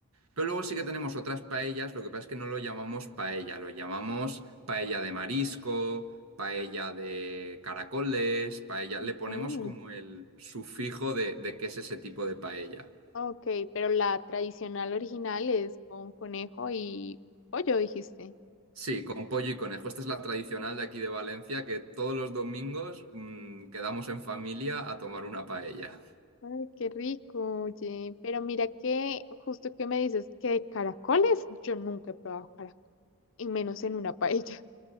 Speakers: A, on the right; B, on the left.
A: Pero luego sí que tenemos otras paellas, lo que pasa es que no lo llamamos paella, lo llamamos paella de marisco, paella de caracoles, paella. Le
B: Ok.
A: ponemos como el sufijo de, de qué es ese tipo de paella.
B: Ok, pero la tradicional original es con conejo y pollo, dijiste.
A: Sí, con pollo y conejo. Esta es la tradicional de aquí de Valencia, que todos los domingos mm, quedamos en familia a tomar una paella.
B: Ay, qué rico, oye. Pero mira que justo que me dices que de caracoles, yo nunca he probado caracol, y menos en una paella.